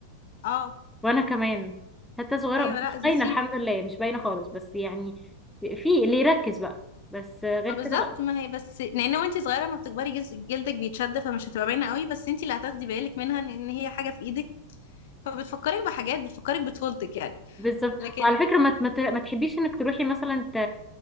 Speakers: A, on the left (about 55°); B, in the centre.
A: اه
B: وانا كمان حتى صغيره
A: ايوه
B: بس
A: لا
B: مش
A: سيب
B: باينه الحمد لله مش باينه خالص بس يعني في اللي يركز بقى بس غير
A: ما بالظبط
B: كده لا
A: ما هي بس لان وانتي صغيره ما بتكبري جس- جلدك بيتشد فمش هتبقى باينه قوي بس انتي اللي هتاخدي بالك منها ان إن هي حاجه في ايدك فبتفكرك بحاجات بتفكرك بطفولتك يعني
B: بالظبط
A: لكن
B: وعلى فكره ما ما ت- ما تحبيش انك تروحي مثلا ت...